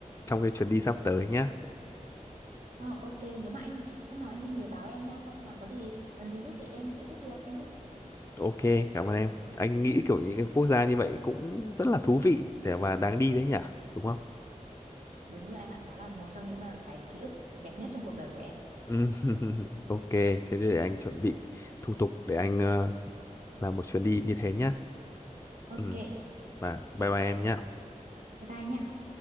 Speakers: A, on the left; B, on the right.
A: trong cái chuyến đi sắp tới nhá
B: Ờ, ok, nếu mà anh hôm nào anh đi nhớ báo em nha, xong là có gì cần gì giúp thì em sẽ giúp được, em giúp.
A: ok cảm ơn em anh nghĩ kiểu những cái quốc gia như vậy cũng rất là thú vị để mà đáng đi đấy nhỉ đúng không
B: Đúng rồi anh ạ, nó là một trong những mà cái ký ức đẹp nhất trong cuộc đời của em.
A: ừ. <laughs> ok thế để anh chuẩn bị thủ tục để anh ờ, làm một chuyến đi như thế nhá
B: Ok,
A: ừ. và bye bye em nhá
B: bye bye nha.